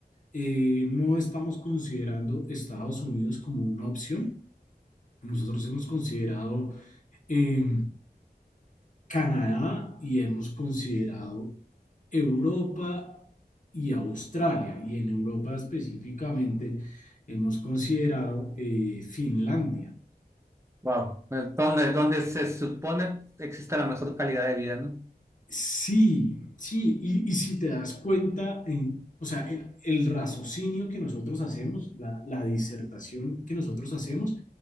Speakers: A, on the left (about 50°); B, on the right (about 15°).
A: eh, no estamos considerando Estados Unidos como una opción. Nosotros hemos considerado eh, Canadá y hemos considerado Europa y Australia. Y en Europa específicamente hemos considerado eh, Finlandia.
B: Wow, donde, donde se supone existe la mejor calidad de vida, ¿no?
A: Sí, sí, y, y si te das cuenta, en, o sea, el, el raciocinio que nosotros hacemos, la, la disertación que nosotros hacemos,